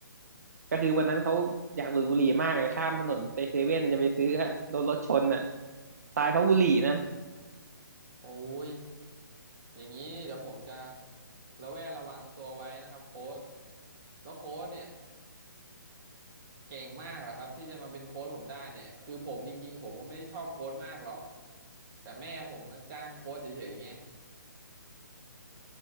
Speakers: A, on the right (about 50°); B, on the right (about 20°).
A: ก็คือวันนั้นเขาอยากดูดบุหรี่มากอะข้ามถนนไปเซเว่นจะไปซื้ออะโดนรถชนอะตายเพราะบุหรี่นะ
B: ๆโอ้ย อย่างนี้เดี๋ยวผมจะระแวดระวังตัวไว้นะครับโค้ชแล้วโค้ชเนี่ยเก่งมากเหรอครับที่จะมาเป็นโค้ชผมได้เนี่ยคือผมจริงๆผมก็ไม่ได้ชอบโค้ชมากหรอกแต่แม่ผมมาจ้างโค้ชเฉยๆไง